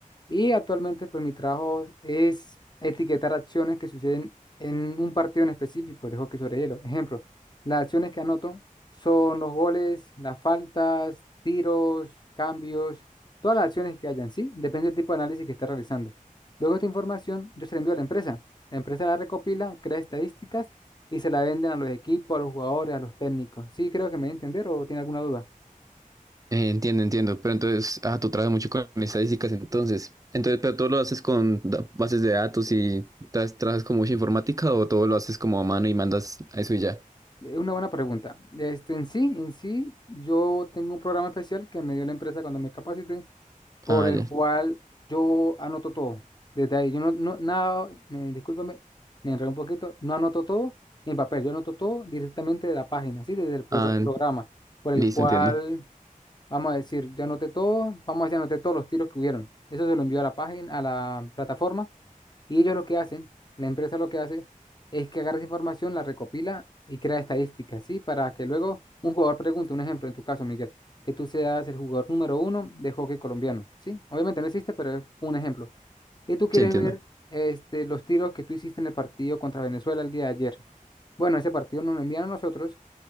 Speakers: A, on the left; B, on the right.
A: Y actualmente, pues mi trabajo es etiquetar acciones que suceden en un partido en específico de hockey sobre hielo. Ejemplo, las acciones que anoto son los goles, las faltas, tiros, cambios, todas las acciones que hayan, ¿sí? Depende del tipo de análisis que esté realizando. Luego esta información yo se la envío a la empresa. La empresa la recopila, crea estadísticas y se la venden a los equipos, a los jugadores, a los técnicos. ¿Sí creo que me voy a entender o tiene alguna duda?
B: Eh, entiendo, entiendo. Pero entonces, ah, tú trabajas mucho con estadísticas, entonces. Entonces, pero todo lo haces con da- bases de datos y tra- trabajas con mucha informática o todo lo haces como a mano y mandas a eso y ya.
A: Eh, Una buena pregunta. Este, en sí, en sí, yo tengo un programa especial que me dio la empresa cuando me capacité, por
B: Ah,
A: el
B: ya.
A: cual yo anoto todo. Desde ahí, yo no, no, nada, me- discúlpame, me enredé un poquito, no anoto todo en papel, yo anoto todo directamente de la página, ¿sí? Desde el pro-
B: Ah,
A: programa, por el
B: listo,
A: cual,
B: entiendo.
A: vamos a decir, yo anoté todo, vamos a decir, anoté todos los tiros que hubieron. Eso se lo envío a la página, a la plataforma, y ellos lo que hacen, la empresa lo que hace es que agarra esa información, la recopila y crea estadísticas, ¿sí? Para que luego un jugador pregunte, un ejemplo, en tu caso, Miguel, que tú seas el jugador número uno de hockey colombiano, ¿sí? Obviamente no existe, pero es un ejemplo. Y tú quieres
B: Sí, entiendo.
A: ver este, los tiros que tú hiciste en el partido contra Venezuela el día de ayer. Bueno, ese partido nos lo envían a nosotros